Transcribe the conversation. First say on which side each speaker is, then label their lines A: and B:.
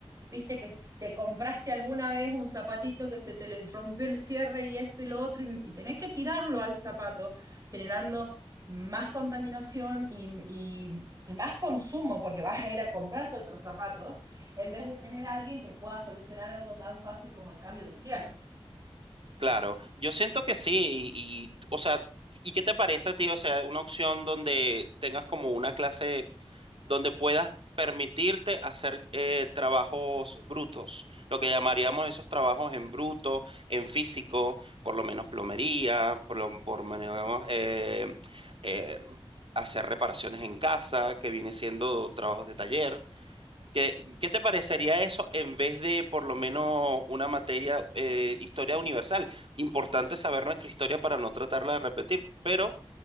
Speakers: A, on the right; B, on the right.
A: Viste que s- te compraste alguna vez un zapatito que se te les rompió el cierre y esto y lo otro y, y tenés que tirarlo al zapato, generando más contaminación y, y- y más consumo porque vas a ir a comprarte otros zapatos en vez de tener a alguien que pueda solucionar algo tan fácil como el cambio de un cierre.
B: Claro, yo siento que sí, y, y, o sea, ¿y qué te parece tío? O sea, una opción donde tengas como una clase donde puedas permitirte hacer eh, trabajos brutos, lo que llamaríamos esos trabajos en bruto, en físico, por lo menos plomería, por lo por lo menos eh, eh, hacer reparaciones en casa, que viene siendo trabajos de taller. ¿Qué, qué te parecería eso en vez de por lo menos una materia, eh, historia universal? Importante saber nuestra historia para no tratarla de repetir, pero